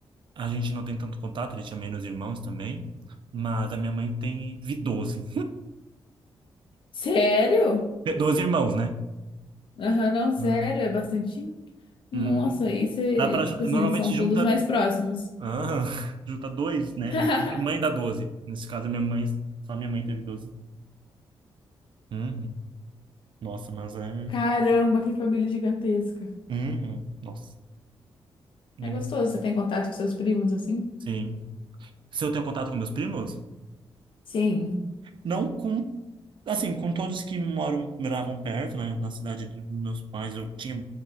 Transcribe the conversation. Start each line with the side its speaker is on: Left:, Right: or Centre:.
Right: A gente não tem tanto contato, ele tinha menos irmãos também, mas a minha mãe tem teve doze
Left: Sério?
Right: doze irmãos, né?
Left: Aham, não, sério,
Right: Uhum.
Left: é bastante. Nossa,
Right: Uhum.
Left: aí você,
Right: Dá pra,
Left: tipo
Right: ju-
Left: assim,
Right: normalmente
Left: são
Right: junta,
Left: todos mais próximos.
Right: ah, <laughs> junta dois, né?
Left: <laughs>
Right: O- Minha mãe dá doze Nesse caso, a minha mãe, só minha mãe teve 12. Uhum. Nossa, mas é.
Left: Caramba, que família gigantesca.
Right: Uhum. Nossa. Nem-
Left: É gostoso,
Right: me-
Left: você tem contato com seus primos assim?
Right: Sim. Se eu tenho contato com meus primos?
Left: Sim.
Right: Não com, assim, com todos que moram, moravam perto, né? Na cidade dos meus pais eu tinha